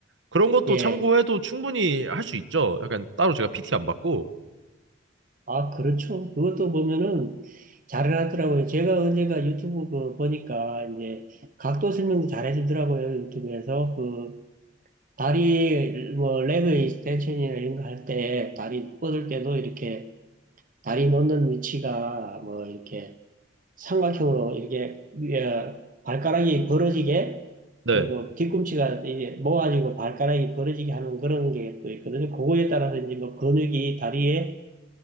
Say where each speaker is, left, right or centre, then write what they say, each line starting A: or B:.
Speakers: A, on the right; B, on the right.
A: 그런 것도
B: 예, 예.
A: 참고해도
B: 예.
A: 충분히 할 수 있죠. 약간 따로 제가 PT 안 받고.
B: 아, 그렇죠. 그것도 보면은 잘해놨더라고요 제가 언젠가 유튜브 그 보니까 이제 각도 설명도 잘해주더라고요. 유튜브에서 그 다리 뭐 레그 익스텐션이나 이런 거 할 때 다리 뻗을 때도 이렇게 다리 놓는 위치가 뭐 이렇게 삼각형으로 이렇게 위에 발가락이 벌어지게
A: 네,
B: 그리고 뒤꿈치가 이제 모아지고 발가락이 벌어지게 하는 그런 게 또 있거든요. 그거에 따라서 이제 뭐 근육이 다리에